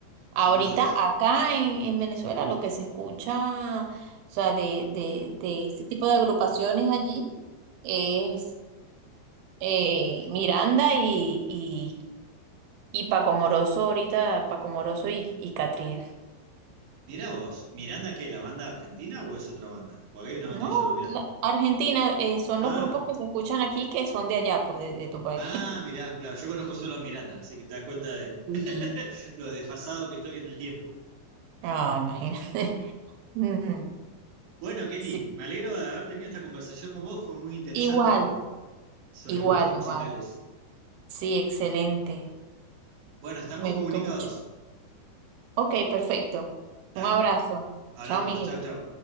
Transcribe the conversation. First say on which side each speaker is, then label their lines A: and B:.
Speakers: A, on the right; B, on the right.
A: Ahorita
B: sin duda que sí.
A: acá en, en Venezuela lo que se escucha, o sea, de, de, de ese tipo de agrupaciones allí es eh, Miranda y, y, y Paco Moroso ahorita, Paco Moroso y, y Catriel.
B: Mirá vos, ¿Miranda qué? ¿La banda argentina o es otra banda? Porque acá hay una banda
A: No,
B: que se llama Miranda.
A: la- Argentina, eh, son
B: Ah.
A: los grupos que se escuchan aquí que son de allá, pues de, de tu país.
B: Ah,
A: <laughs>
B: mirá, claro, yo conozco solo a Miranda, así que te das cuenta de
A: Y,
B: <laughs> lo desfasado que estoy en el tiempo.
A: ah, imagínate. <laughs> Mm,
B: Bueno, Kelly,
A: Sí,
B: me alegro de haber tenido esta conversación con vos, fue muy interesante
A: igual,
B: sobre
A: igual,
B: gustos musicales.
A: igual. Sí, excelente.
B: Bueno, estamos
A: Me
B: comunicados.
A: gustó mucho. Ok, perfecto.
B: Dale,
A: Un abrazo.
B: hablamos,
A: Chao, Miguel.
B: chao, chao.